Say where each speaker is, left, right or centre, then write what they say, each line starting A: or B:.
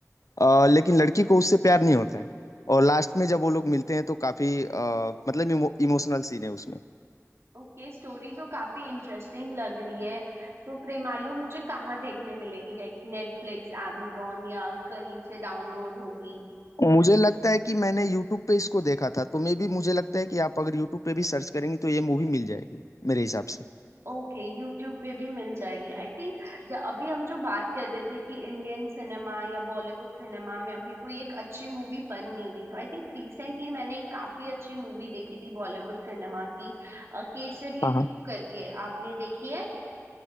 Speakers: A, on the left; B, on the right.
A: अ, लेकिन लड़की को उससे प्यार नहीं होता है और लास्ट में जब वो लोग मिलते हैं तो काफी अ, मतलब इमो, इमोशनल सीन है उसमें
B: ओके स्टोरी तो काफी इंटरेस्टिंग लग रही है तो प्रेमालू मुझे कहाँ देखने मिलेगी लाइक नेटफ्लिक्स amazon या कहीं से डाउनलोड होगी
A: मुझे लगता है कि मैंने यूट्यूब पे इसको देखा था तो मे बी मुझे लगता है कि आप अगर यूट्यूब पे भी सर्च करेंगी तो ये मूवी मिल जाएगी मेरे हिसाब
B: ओके यूट्यूब पे भी मिल जाएगी आई थिंक अभी हम जो बात कर रहे थे कि इंडियन सिनेमा या बॉलीवुड सिनेमा में अभी कोई एक अच्छी मूवी बन नहीं रही तो आई थिंक रिसेंटली मैंने एक काफी अच्छी मूवी देखी थी बॉलीवुड सिनेमा की अ, केसरी
A: से
B: टू करके आपने देखी है